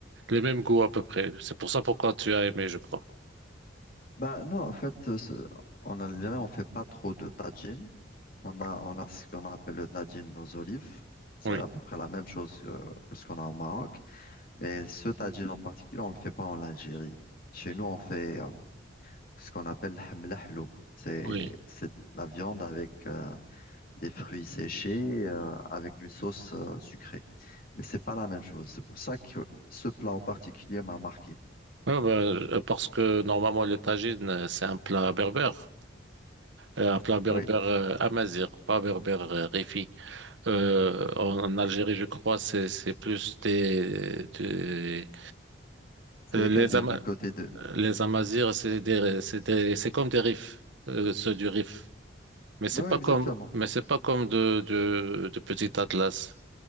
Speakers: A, on the right; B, on the left.
A: les mêmes goûts à peu près. C'est pour ça pourquoi tu as aimé, je crois.
B: Bah non, en fait, euh, ce- en Algérie, on fait pas trop de tagine. On a, on a ce qu'on appelle le tagine aux olives. C'est
A: Oui,
B: à peu près la même chose que, que ce qu'on a au Maroc. Mais ce tagine en particulier, on ne le fait pas en Algérie. Chez nous, on fait euh, ce qu'on appelle le hamlahlo. C'est,
A: oui.
B: c'est de la viande avec euh, des fruits séchés, euh, avec une sauce euh, sucrée. Mais c'est pas la même chose. C'est pour ça que ce plat en particulier m'a marqué.
A: Ouais, ben, euh, parce que normalement, le tagines, euh, c'est un plat berbère, Euh, un plat berbère
B: Oui,
A: euh, amazigh, pas berbère euh, rifi. Euh, en Algérie, je crois, c'est c'est plus des, des-
B: c'est
A: euh,
B: les
A: les
B: Kabyles
A: Ama-
B: du côté de...
A: les Amazirs, c'est des c'est des c'est comme des Rifs, euh, ceux du Rif. Mais c'est
B: Oui, oui,
A: pas
B: exactement.
A: comme mais c'est pas comme de de de Petit Atlas.